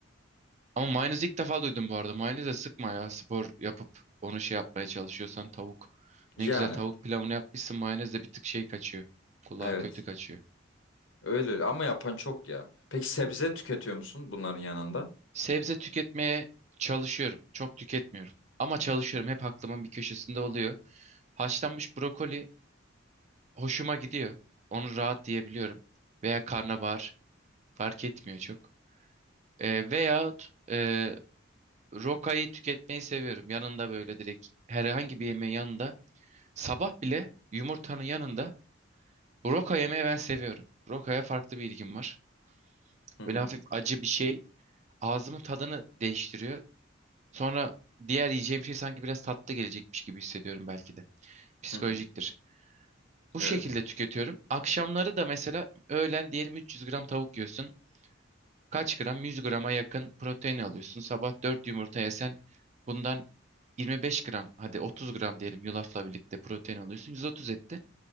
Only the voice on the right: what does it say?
Ama mayonez ilk defa duydum bu arada. Mayoneze sıkma ya. Spor yapıp onu şey yapmaya çalışıyorsan tavuk.
Ne güzel tavuk pilavını yapmışsın. Mayonez de bir tık şey kaçıyor. Kulağa
kötü kaçıyor.
Sebze tüketmeye çalışıyorum. Çok tüketmiyorum. Ama çalışıyorum. Hep aklımın bir köşesinde oluyor. Haşlanmış brokoli hoşuma gidiyor. Onu rahat diyebiliyorum. Veya karnabahar fark etmiyor çok. Ee, veyahut e, rokayı tüketmeyi seviyorum. Yanında böyle direkt herhangi bir yemeğin yanında. Sabah bile yumurtanın yanında roka yemeyi ben seviyorum. Rokaya farklı bir ilgim var.
Böyle hafif acı bir şey ağzımın tadını değiştiriyor. Sonra diğer yiyeceğim şey sanki biraz tatlı gelecekmiş gibi hissediyorum belki de. Psikolojiktir.
Bu
şekilde tüketiyorum. Akşamları da mesela öğlen diyelim 300 gram tavuk yiyorsun. Kaç gram? 100 grama yakın protein alıyorsun. Sabah 4 yumurta yesen bundan 25 gram hadi 30 gram diyelim yulafla birlikte protein alıyorsun. 130 etti.